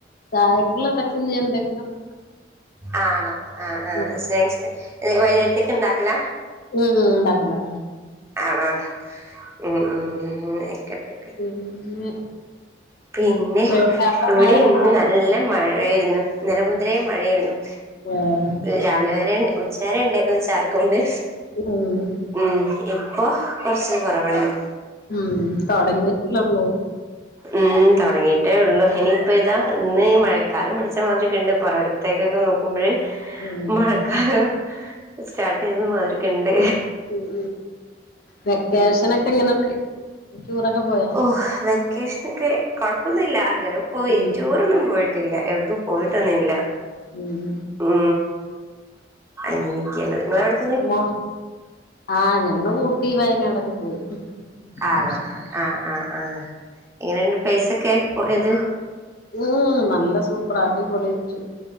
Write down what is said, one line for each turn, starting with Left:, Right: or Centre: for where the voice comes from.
Left: ചായക്കുള്ളതൊക്കെ എന്തെക്കങ്കിലും
Right: ആണോ ആഹ്ഹ് ആഹ്ഹ്
Left: ഉം
Right: സ്നാക്സ് വൈകി ത്തേക്ക്ണ്ടാക്കല
Left: ഉം ഉണ്ടാക്കലാണ്
Right: ആണോ ഉം ഉം ആയിക്കട്ടെ
Left: പിന്നെ
Right: പിന്നെ
Left: എവിടെ അവിടെ
Right: ഇവിടെ
Left: മഴയൊക്കെ
Right: ഇന്ന്
Left: ഉണ്ടോ
Right: നല്ല മഴായിരുന്നു ഇന്നല മുതലെ മഴയായിരുന്നു
Left: ആഹ്
Right: രാവിലെ വരെയണ്ട് ഉച്ച വരെ ഉണ്ടേന്ന് ചാറി ക്കൊണ്ട്
Left: മം
Right: ഉം ഇപ്പൊ കൊറച്ച് കുറവുണ്ട്
Left: ഉം തുടങ്ങിഇട്ടില്ലല്ലോ
Right: ഉം തുടങ്ങിട്ടേ ഉള്ളു ഇനിയിപ്പ ഇതാ ഇന്ന് മഴ കാടും പിടിച്ച മാതിരിക് ഒക്ക ഉണ്ട് പുറകത്തേക്കൊക്കെ നോക്കുമ്പോഴ്
Left: ഉം
Right: മഴക്കാലം സ്റ്റാർട്ട് ചെയ്ത മാതിരിക്ക ണ്ട്
Left: ഉ വെക്കേഷനൊക്കെ ഇങ്ങനെ ടൂറൊക്കെ പോയോ
Right: ഓഹ് വെക്കേഷന ഒക്കെ കൊഴപ്പൊന്നുല്ല അങ്ങനേ പോയി
Left: ഉം
Right: ടൂറൊന്നും പോയിട്ടില്ല എവിടക്കും പോയിട്ടന്നില്ല
Left: ഉം ഉം
Right: ഉ അങ്ങനെയൊക്കെയാണ് ങ്ങളവിടെ
Left: മ ആ ഞങ്ങള് ഊട്ടി വയനാടൊക്കെ പോയി ഇപ്രാവശ്യം
Right: ആണോ ആഹ് ആ ആ എങ്ങനെയണ്ട് പ്ല സൊക്കെസഒക്കെ പോയത്
Left: ഉ നല്ല സൂപ്പറാടിപൊളിച്ചു